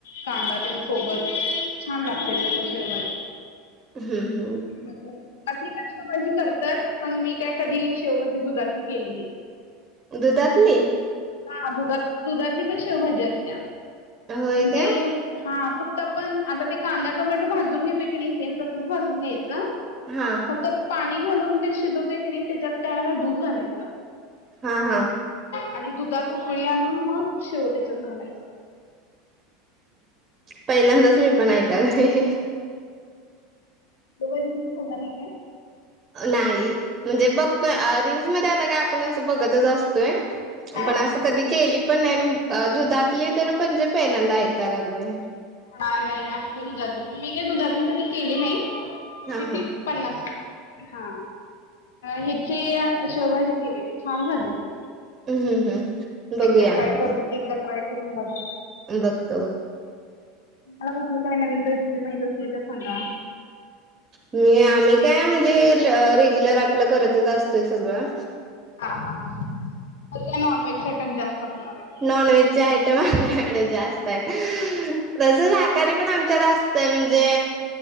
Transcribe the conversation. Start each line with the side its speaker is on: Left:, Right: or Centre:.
Left: कांदा ते सोबत छान लागते तस शेवभाजी
Right: हम् हम
Left: दुधातली पण शेवभाजी करतात पण मी काय कधी शेवभाजी दुधातली केली नाही
Right: दुधातली
Left: हा दुधात दुधातली पण शेवभाजी असत्या म्हणजे
Right: होय काय
Left: हा फक्त आपण आता ते कांदा टोमॅटो भाजून घेतोय की नाही सेम तसच भाजून घ्यायचं
Right: हा
Left: फक्त पाणी घालून ते शिजवते की नाही त्याच्यात त्याळाला दूध घालायचं
Right: हा हा
Left: आणि दुधात उकळी आणून मग शेवतेच्यात घालायची
Right: पहिल्यांदाच मी पण ऐकाल म
Left: दुधातली कुठे खाल्ला नाही काय
Right: नाही म्हणजे बघतोय रीलल्स मध्ये आता काय आपण असं बघतच असतोय
Left: हा
Right: पण
Left: हा
Right: असं कधी केली पण नाही आणि दुधातली तर पणजे पहिल्यांदा ऐकायला लागल हे
Left: हा नाही आत्ता दुधातली पण मी काय दुधातले कधी केली नाही
Right: हां, हां.
Left: कि पन्नास हा हिची शेवभाजी केलेली छान झाली ती.
Right: हम्म हम्म हम्म बघूया
Left: एकदा ट्राय
Right: नंतर?
Left: करून एकदा ट्राय करून बघा?
Right: बघतो.
Left: मला कुठलं काही नवीन रेसिपी माहीती असली तर सांगा.
Right: मी आम्ही काय म्हणजे रेग्युलर आपलं करतचचं असतोयं सगळं.
Left: हा हा ते त्या नॉनव्हेज ॲटम जास्तं असणार आहे.
Right: नॉनव्हेजचे ॲटम माझ्याकडे जास्तं आहे. तसं आखाड्यात पण आमच्यात असते म्हणजे?